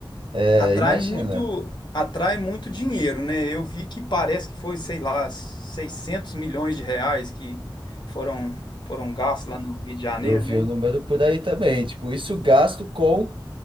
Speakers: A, on the right (about 80°); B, on the left (about 60°).
A: é,
B: Atrai
A: imagina,
B: muito, atrai muito dinheiro, né? Eu vi que parece que foi, sei lá, 600 milhões de reais que foram foram gastos lá no Rio de Janeiro,
A: eu vi
B: né?
A: o número por aí também, tipo, isso gasto com,